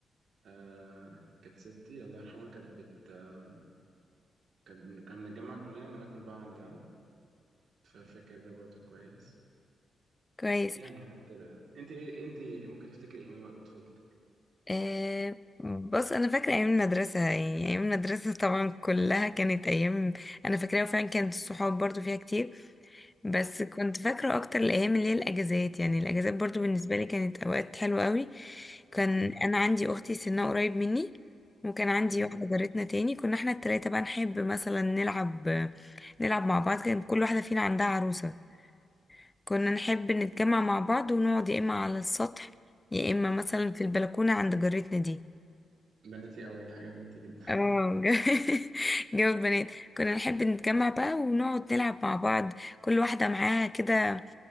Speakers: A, on the right; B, on the left.
A: آه كانت ستي الله يرحمها كانت بت آه كانت بن- كنا بنتجمع كلنا وناكل بقى عندها ففاكر ده برضه كويس
B: كويس
A: يعني حاجات كده انت ايه انت ممكن تفتكري ايه من وقت طفولتك
B: أه بص انا فاكره ايام المدرسه يعني ايام المدرسه طبعا كلها كانت ايام انا فاكراها وفعلا كانت الصحاب برضو فيها كتير بس كنت فاكره اكتر الايام اللي هي الاجازات يعني الاجازات برضو بالنسبه لي كانت اوقات حلوه قوي كان
A: مم.
B: انا عندي اختي سنها قريب مني وكان عندي
A: مم.
B: واحده جارتنا تاني كنا احنا التلاته بقى نحب مثلا نلعب نلعب مع بعض كان كل واحده فينا عندها عروسه كنا نحب نتجمع مع بعض ونقعد يا إما على السطح يا إما مثلا في البلكونة عند جارتنا دي
A: بناتي قوي حاجه بناتي جدا
B: اه
A: <laughs>
B: جو <laughs> جو البنات كنا نحب نتجمع بقى ونقعد نلعب مع بعض كل واحدة معاها كده